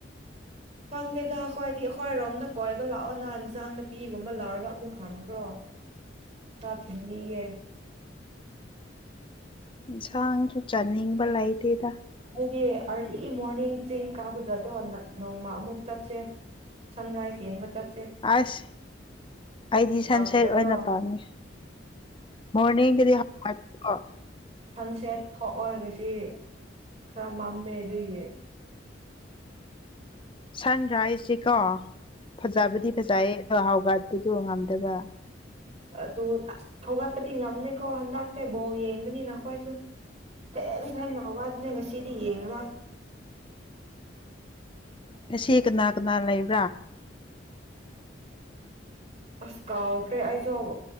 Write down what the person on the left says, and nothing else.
ꯏꯟꯁꯥꯡꯁꯨ ꯆꯥꯅꯤꯡꯕ ꯂꯩꯇꯦꯗ
ꯑꯁ ꯑꯩꯗꯤ
ꯁꯟ ꯁꯦꯠ ꯑꯣꯏꯅ ꯄꯥꯝꯃꯤ ꯃꯣꯔꯅꯤꯡꯗꯗꯤ ꯍꯣ
ꯁꯟ ꯔꯥꯏꯁꯁꯤꯀꯣ ꯐꯖꯕꯗꯤ
ꯐꯖꯩꯌꯦ ꯆꯥꯛꯍꯥꯎꯒꯠꯄꯗꯣ ꯉꯝꯗꯕ
ꯁꯤ ꯀꯅꯥ ꯀꯅꯥ ꯂꯩ <unintelligible>